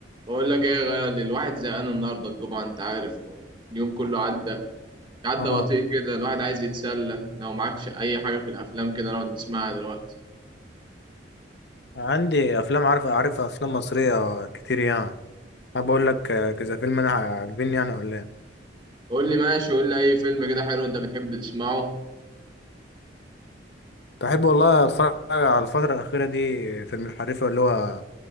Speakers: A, on the right (about 25°); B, on the left (about 65°).
A: بقول لك ايه يا غالي الواحد زهقان النهارده الجمعه انت عارف اليوم كله عدى عدى
B: اه
A: بطيء كده الواحد عايز يتسلى لو معكش اي حاجه في الافلام كده نقعد نسمعها دلوقتي
B: عندي افلام عارف عارف افلام مصريه كتير يعني حابب اقول لك آه، كذا فيلم انا عاجبني يعني ولا ايه
A: قول لي ماشي قول لي اي فيلم كده حلو انت بتحب تسمعه
B: بحب والله اتفرج على الفتره الاخيره دي فيلم الحريفه اللي هو